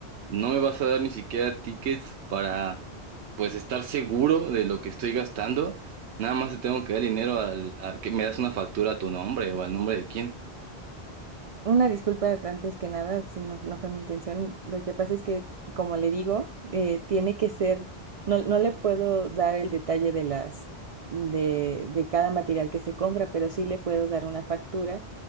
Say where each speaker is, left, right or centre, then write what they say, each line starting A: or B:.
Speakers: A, on the right; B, on the right.
A: no me vas a dar ni siquiera tickets para, pues, estar seguro de lo que estoy gastando, nada más te tengo que dar dinero al, a que me das una factura a tu nombre o al nombre de quién.
B: Una disculpa antes que nada, si no, no fue mi intención. Lo que pasa es que, como le digo, eh, tiene que ser, no, no le puedo dar el detalle de las, de, de cada material que se compra, pero sí le puedo dar una factura